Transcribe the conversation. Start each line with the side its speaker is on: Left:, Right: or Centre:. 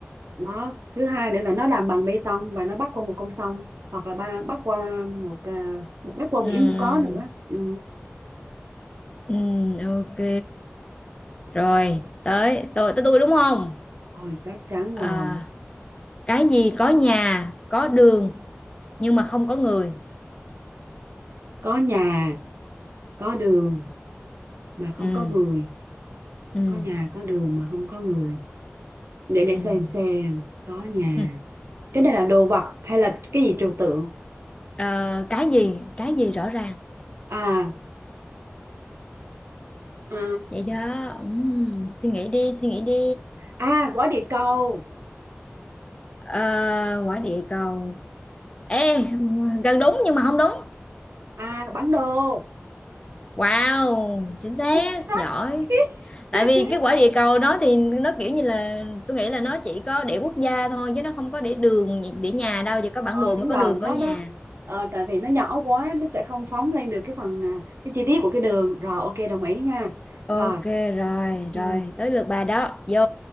Right: đó thứ hai nữa là nó làm bằng bê tông và nó bắc qua một con sông hoặc là ba bắc qua một à, một bắc qua
Left: Ừm,
Right: biển cũng có nữa ừ.
Left: ừm, ok. Rồi, tới tôi tới tôi đúng không?
Right: rồi chắc chắn rồi
Left: À, cái gì có nhà, có đường nhưng mà không có người.
Right: có nhà có đường mà không
Left: Ừm,
Right: có người
Left: ừm,
Right: có nhà có đường mà không có người để để
Left: ừm,
Right: xem xem có nhà
Left: ừm.
Right: cái này là đồ vật hay là cái gì trừu tượng
Left: Ờ, cái gì? Cái gì rõ ràng.
Right: à à,
Left: Vậy đó. Ừm, suy nghĩ đi, suy nghĩ đi.
Right: à, à quả địa cầu
Left: Ờ, quả địa cầu. Ê, gần đúng nhưng mà không đúng.
Right: à bản đồ
Left: Wow, chính xác,
Right: xuất sắc
Left: giỏi.
Right: <laughs>
Left: tại vì cái quả địa cầu đó thì nó kiểu như là tôi nghĩ là nó chỉ có để quốc gia thôi chứ nó không có để đường để nhà đâu chỉ có bản
Right: ờ
Left: đồ
Right: đúng
Left: mới có
Right: rồi
Left: đường
Right: nó
Left: có nhà
Right: nó ờ, tại vì nó nhỏ quá nó sẽ không phóng lên được cái phần à, cái chi tiết của cái đường rồi ok đồng ý nha
Left: ok
Right: rồi
Left: rồi
Right: ừ.
Left: rồi tới lượt bà đó vô